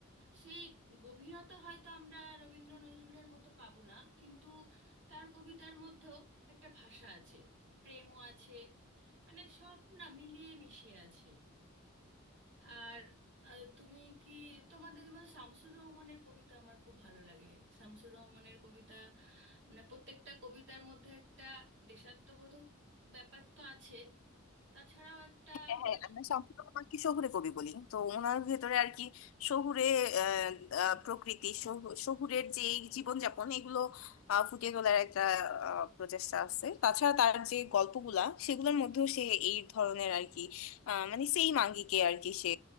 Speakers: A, on the right; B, on the left.
A: সেই গভীরতা হয়তো আমরা রবীন্দ্র নজরুলের মতো পাবো না কিন্তু তার কবিতার মধ্যেও একটা ভাষা আছে প্রেমও আছে মানে সব না মিলিয়ে মিশিয়ে আছে আর আহ, তুমি কি তোমাদের যেমন শামসুর রহমানের কবিতা আমার খুব ভালো লাগে শামসুর রহমানের কবিতা মানে প্রত্যেকটা কবিতার মধ্যে একটা দেশাত্মবোধক ব্যাপার তো আছে তাছাড়াও একটা
B: হ্যাঁ
A: মানে
B: আমরা সম্পূর্ণ ওনাকে শহুরে কবি বলি তো ওনার ভেতরে আর কি শহুরে আহ, আহ, প্রকৃতি শহু- শহুরের যে জীবনযাপন এগুলো আহ, ফুটিয়ে তোলার একটা আহ, প্রচেষ্টা আছে তাছাড়া তার যে গল্পগুলা সেগুলোর মধ্যেও সে এই ধরনের আর কি আহ, মানে সেইম আঙ্গিকে আর কি সে